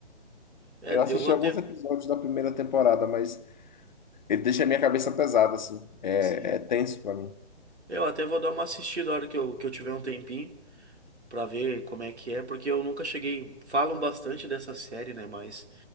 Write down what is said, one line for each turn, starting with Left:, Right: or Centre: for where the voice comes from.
Right: É,
Left: Eu assisti
Right: eu vou até.
Left: alguns episódios da primeira temporada, mas ele deixa a minha cabeça pesada, assim, é,
Right: Sim.
Left: é tenso para mim.
Right: Eu até vou dar uma assistida na hora que eu, que eu tiver um tempinho pra ver como é que é, porque eu nunca cheguei. Falam bastante dessa série, né? Mas